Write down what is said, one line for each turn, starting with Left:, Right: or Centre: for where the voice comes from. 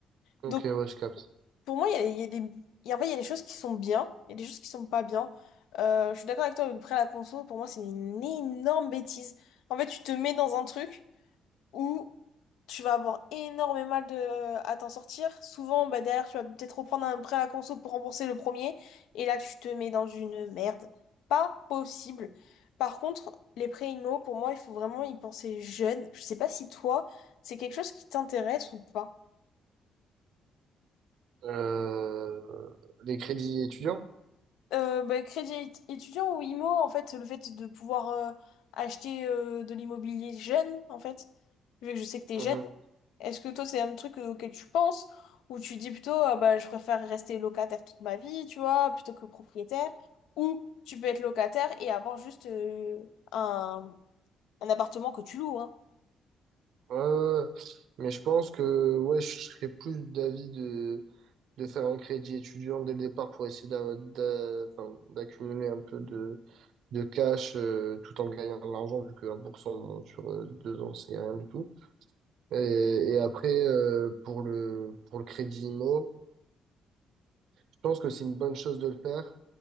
Right: ok,
Left: Donc
Right: ouais, je capte.
Left: pour moi, il y a, il y a des, il y a- en fait, il y a des choses qui sont bien, il y a des choses qui sont pas bien. Euh, je suis d'accord avec toi, le prêt à la conso, pour moi, c'est une énorme bêtise. En fait, tu te mets dans un truc où tu vas avoir énormément mal de à t'en sortir. Souvent, bah, derrière, tu vas peut-être reprendre un prêt à conso pour rembourser le premier, et là, tu te mets dans une merde. Pas possible. Par contre, les prêts IMO, pour moi, il faut vraiment y penser jeune. Je sais pas si toi, c'est quelque chose qui t'intéresse ou pas.
Right: Euh, les crédits étudiants?
Left: Euh, bah, crédit ét- étudiant ou IMO, en fait, le fait de pouvoir euh, acheter euh, de l'immobilier jeune, en fait, vu que je sais que t'es
Right: Mhm.
Left: jeune. Est-ce que toi, c'est un truc auquel tu penses, ou tu dis plutôt, ah bah, je préfère rester locataire toute ma vie, tu vois, plutôt que propriétaire, ou tu peux être locataire et avoir juste euh, un, un appartement que tu loues, hein.
Right: Ouais, ouais, ouais. Mais je pense que ouais, je serais plus d'avis de de faire un crédit étudiant dès le départ pour essayer d'a- d'a- enfin, d'accumuler un peu de, de cash euh, tout en gagnant de l'argent, vu que 1% sur euh, deux ans, c'est rien du tout. Et, et après, euh, pour le, pour le crédit IMO, je pense que c'est une bonne chose de le faire,